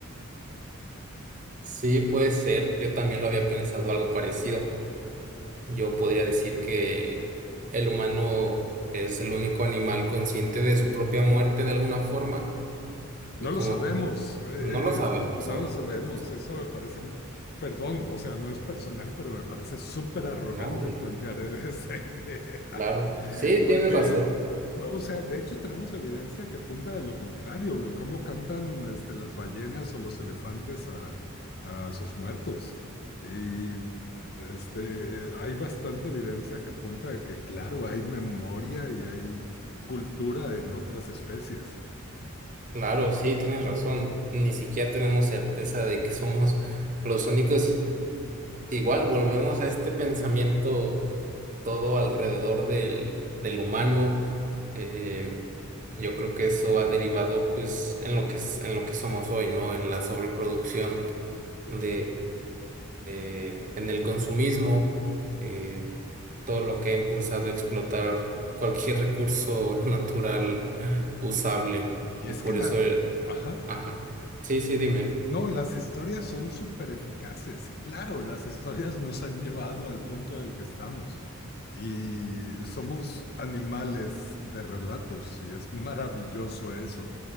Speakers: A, on the right; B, on the left.
A: Sí, puede ser, yo también lo había pensado algo parecido. Yo podría decir que el humano es el único animal consciente de su propia muerte de alguna forma
B: No
A: y como
B: lo sabemos,
A: que
B: eh,
A: no lo sabemos
B: no
A: aún.
B: lo sabemos.
A: sí,
B: Eso me parece, perdón, o sea, no es personal, pero me parece súper arrogante
A: No, Y-
B: plantear <laughs> esa idea,
A: claro, sí,
B: porque,
A: tienes razón,
B: o sea, de hecho tenemos evidencia que apunta a lo contrario, cómo cantan este, las ballenas o los elefantes a, a sus muertos. Y este, hay bastante evidencia que apunta a que, claro, hay memoria y hay cultura en otras especies.
A: claro, sí, tienes razón. Ni siquiera tenemos certeza de que somos los únicos Igual volvemos a este pensamiento todo alrededor del, del humano. eh, yo creo que eso ha derivado pues, en lo que, es- en lo que somos hoy, ¿no? En la sobreproducción de, eh, en el consumismo, eh, todo lo que ha impulsado a explotar cualquier recurso <laughs> natural usable.
B: Y
A: Y
B: es
A: por
B: que la...
A: eso, eh,
B: Ajá.
A: ajá. Sí, sí, dime.
B: No, las historias son súper eficaces y claro, las historias nos han llevado al punto del que estamos y somos animales de relatos y es maravilloso eso.